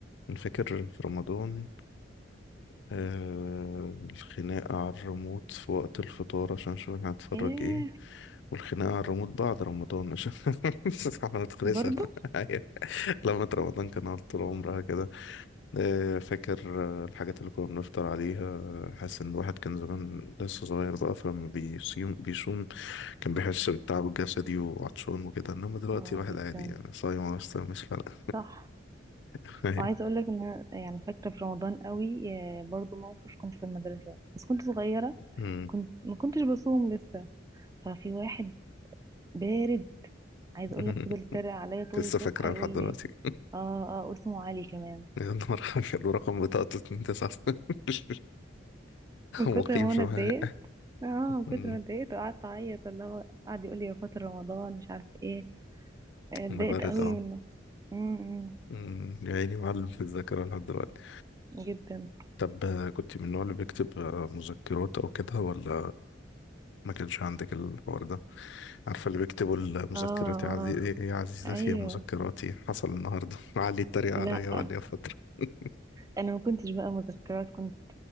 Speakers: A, on the left; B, on the right.
A: فاكر في رمضان آه الخناقة على الريموت في وقت الفطار عشان نشوف احنا هنتفرج
B: ايه
A: ايه والخناقة على الريموت بعد رمضان عشان <laughs> ما تخلصش
B: برضو
A: أيوة. لما <laughs> رمضان كان على طول عمرها كده آه، فاكر آه، الحاجات اللي كنا بنفطر عليها آه، حاسس ان الواحد كان زمان لسه صغير بقى فلما بيصوم بيصوم كان بيحس بالتعب الجسدي وعطشان وكده انما دلوقتي
B: اه
A: الواحد
B: جدا
A: عادي يعني صايم ولا مش صايم مش فارقة
B: صح
A: <laughs> أيوة.
B: وعايزة اقول لك ان أنا يعني فاكرة في رمضان قوي آه، برضو موقف كنت في المدرسة بس كنت صغيرة
A: أمم.
B: كنت ما كنتش بصوم لسه ففي واحد بارد عايزه
A: <laughs>
B: اقول لك فضل يتريق عليا طول
A: لسه
B: الفسحه
A: فاكرة
B: يقول
A: لحد دلوقتي
B: لي اه اه واسمه علي كمان
A: <laughs> يا نهار أبيض ورقم بطاقته 29
B: من كتر
A: <laughs> مقيم
B: ما
A: في
B: انا
A: معايا
B: اتضايقت اه من كتر
A: أمم.
B: ما اتضايقت وقعدت اعيط اللي هو قعد يقول لي يا فاطر رمضان مش عارف ايه آه، اتضايقت
A: أنا بارد
B: قوي
A: أهو
B: منه امم
A: أمم. يا عيني معلم في الذاكرة لحد دلوقتي
B: جدا
A: طب آه، كنت من النوع اللي بيكتب آه، مذكرات أو كده ولا ما كانش عندك الحوار ده عارفة اللي بيكتبوا مذكراتي
B: اه اه
A: عزي... إيه، إيه يا عزيزتي
B: ايوه
A: يا مذكراتي حصل النهاردة <laughs> علي اتريق
B: لا
A: عليا وقال لي يا فترة <laughs>
B: انا ما كنتش بقى مذكرات كنت